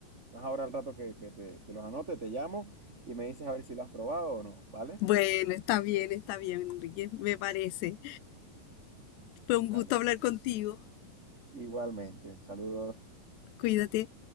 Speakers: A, on the right; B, on the left.
A: más ahora al rato que, que te- que los anote, te llamo y me dices a ver si lo has probado o no, ¿vale?
B: Bueno, está bien, está bien, Enrique, me parece. Fue un gusto
A: Dale,
B: hablar
A: pues.
B: contigo.
A: Igualmente, saludos.
B: Cuídate.